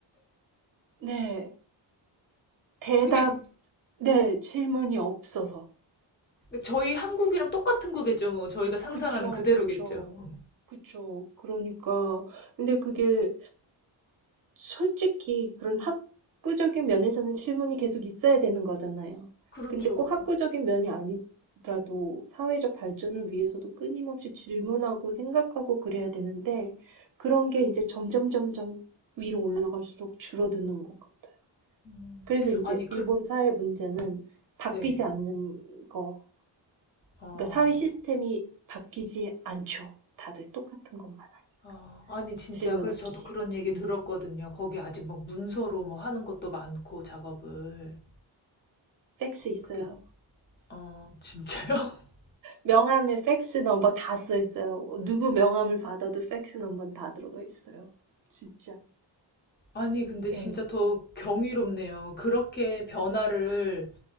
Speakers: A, on the right (about 45°); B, on the left (about 25°).
A: 네. 대답,
B: 그냥
A: 네, 질문이 없어서.
B: 저희 한국이랑 똑같은 거겠죠, 뭐. 저희가 상상하는
A: 그쵸,
B: 그대로겠죠.
A: 그쵸,
B: 음,
A: 그쵸. 그러니까, 근데 그게 솔직히 그런 학구적인 면에서는 질문이 계속 있어야 되는 거잖아요.
B: 그렇죠.
A: 근데 꼭 학구적인 면이 아니더라도 사회적 발전을 위해서도 끊임없이 질문하고 생각하고 그래야 되는데, 그런 게 이제 점점 점점 위로 올라갈수록 줄어드는 것 같아요.
B: 음.
A: 그래서 이제
B: 아니, 그,
A: 일본 사회 문제는 바뀌지
B: 네.
A: 않는 거.
B: 어,
A: 그러니까 사회 시스템이 바뀌지 않죠. 다들 똑같은 것만 하니까.
B: 아, 아니 진짜
A: 질문
B: 그래서
A: 없이.
B: 저도 그런 얘기
A: 음.
B: 들었거든요. 거기 아직 막 문서로 뭐 하는 것도 많고 작업을.
A: 팩스 있어요.
B: 그게 어 진짜요? <laughs>
A: 명함에 팩스 넘버 다 써 있어요. 누구 명함을 받아도 팩스 넘버는 다 들어가 있어요. 진짜.
B: 아니 근데 진짜
A: 예.
B: 더 경이롭네요. 그렇게 변화를